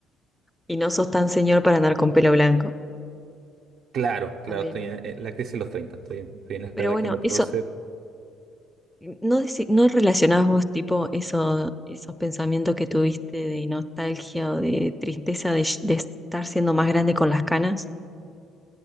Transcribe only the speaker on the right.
Claro, claro,
estoy en, en la crisis de los treinta estoy en, estoy en esta
edad
que no puedo
ser